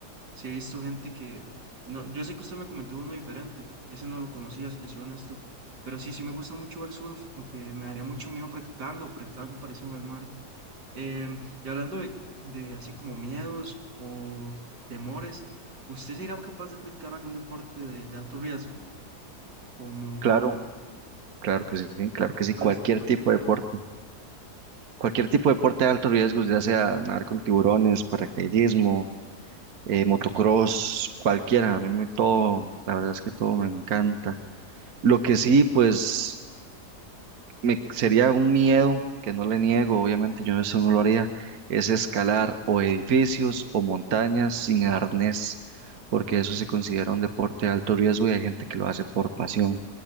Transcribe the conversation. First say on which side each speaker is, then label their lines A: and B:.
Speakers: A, on the right; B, on the right.
A: sí he visto gente que... No, yo sé que usted me comentó uno diferente, ese no lo conocía, si le soy honesto, pero sí, sí me gusta mucho ver surf, aunque me daría mucho miedo practicarlo, practicar algo parecido al mar. Em, y hablando de, de así como miedos o temores, ¿usted sería capaz de practicar algún deporte de, de alto riesgo? Como,
B: Claro, Claro que sí, claro que sí,
A: ¿cuál,
B: cualquier
A: cuál
B: tipo
A: sería?
B: de deporte, cualquier tipo de deporte de alto riesgo, ya sea nadar con tiburones, paracaidismo, eh, motocross, cualquiera, a mí me, todo, la verdad es que todo me encanta. Lo que sí, pues me sería un miedo que no le niego, obviamente yo eso no lo haría, es escalar o edificios o montañas sin arnés, porque eso se considera un deporte de alto riesgo y hay gente que lo hace por pasión.